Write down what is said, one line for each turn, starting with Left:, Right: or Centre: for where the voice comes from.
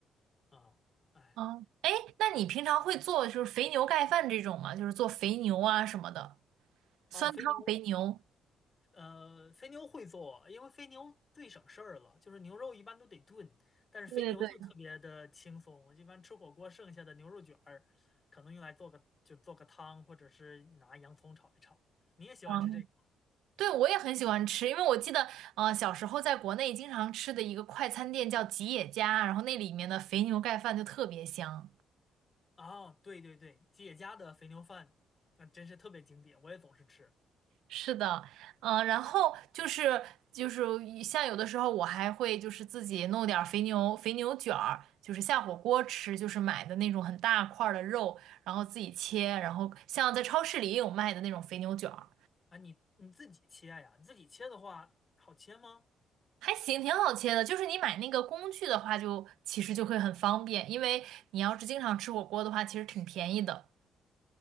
Left: 啊。哎呀，
Right: 嗯，哎，那你平常会做就是肥牛盖饭这种吗？就是做肥牛啊什么的，酸汤肥牛。
Left: 哦，肥牛，呃，肥牛会做，因为肥牛最省事儿了，就是牛肉一般都得炖，但是肥牛就特别的轻松。
Right: 对对对，
Left: 我一般吃火锅剩下的牛肉卷儿，可能用来做个就做个汤，或者是拿洋葱炒一炒。你也喜欢吃这个？
Right: 嗯，对，我也很喜欢吃，因为我记得，呃，小时候在国内经常吃的一个快餐店叫吉野家，然后那里面的肥牛盖饭就特别香。
Left: 啊，对对对，姐家的肥牛饭，那真是特别经典，我也总是吃。
Right: 是的，嗯、然后就是就是一像有的时候我还会就是自己弄点儿肥牛肥牛卷儿，就是下火锅吃，就是买的那种很大块儿的肉，然后自己切，然后像在超市里也有卖的那种肥牛卷儿，
Left: 啊，你你自己切呀？自己切的话，好切吗？
Right: 还行，挺好切的。就是你买那个工具的话就，其实就会很方便，因为你要是经常吃火锅的话，其实挺便宜的。